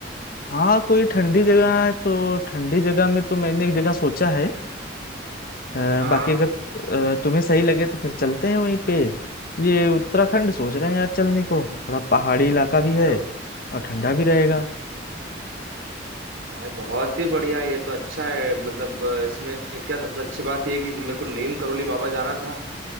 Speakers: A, on the left; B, on the right.
A: हाँ कोई ठंडी जगह है तो ठंडी जगह में तो मैंने एक जगह सोचा है अ,
B: हाँ
A: बाकी अगर अ, तुम्हें सही लगे तो फिर चलते हैं वहीं पे ये उत्तराखंड सोच रहे हैं यार चलने को थोड़ा पहाड़ी इलाका भी है
B: अरे
A: और ठंडा भी रहेगा
B: भाई बहुत ही बढ़िया ये तो अच्छा है मतलब अ, इसमें क्या सबसे अच्छी बात ये है कि मेरे को नीम करोली बाबा जाना था